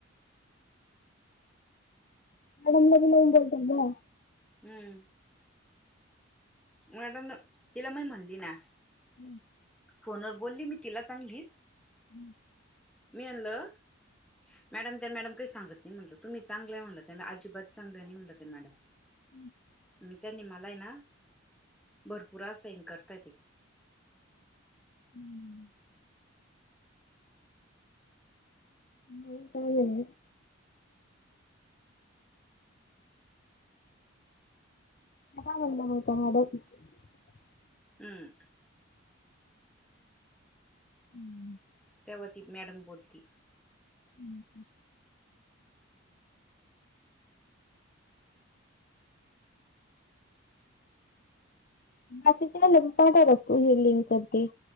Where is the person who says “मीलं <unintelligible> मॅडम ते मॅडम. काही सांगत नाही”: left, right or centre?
Centre